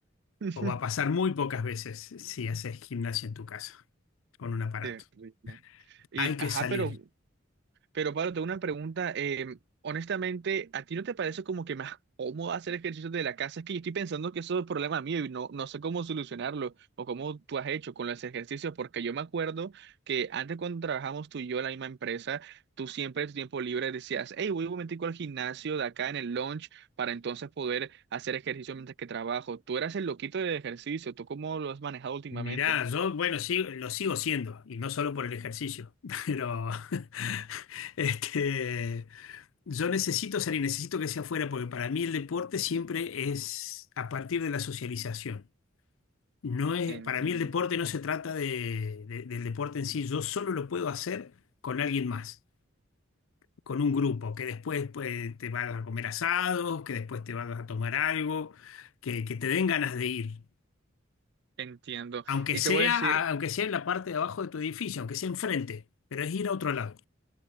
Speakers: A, on the right; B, on the left.
A: <laughs>
B: O va a pasar muy pocas veces si haces gimnasia en tu casa con un aparato.
A: Terrible. Y,
B: Hay que
A: ajá,
B: salir.
A: pero Pero Pablo, tengo una pregunta. eh, honestamente, ¿a ti no te parece como que más cómodo hacer ejercicios de la casa? Es que yo estoy pensando que eso es problema mío y no, no sé cómo solucionarlo o cómo tú has hecho con los ejercicios, porque yo me acuerdo que antes cuando trabajamos tú y yo en la misma empresa, tú siempre en tu tiempo libre decías, hey, voy un momentico al gimnasio de acá en el lunch para entonces poder hacer ejercicio mientras que trabajo. Tú eras el loquito del ejercicio, ¿tú cómo lo has manejado últimamente?
B: Mirá, yo, bueno, sí, lo sigo siendo, y no solo por el ejercicio, <laughs> pero <laughs> este, yo necesito salir, necesito que sea afuera, porque para mí el deporte siempre es a partir de la socialización. No es,
A: Entiendo,
B: para mí el deporte no se trata de- de- del deporte en sí, yo solo lo puedo hacer con alguien más, con un grupo, que después pues, te vas a comer asados, que después te vas a tomar algo, que, que te den ganas de ir.
A: entiendo.
B: Aunque
A: Y
B: sea,
A: te voy a decir...
B: aunque sea en la parte de abajo de tu edificio, aunque sea enfrente, pero es ir a otro lado.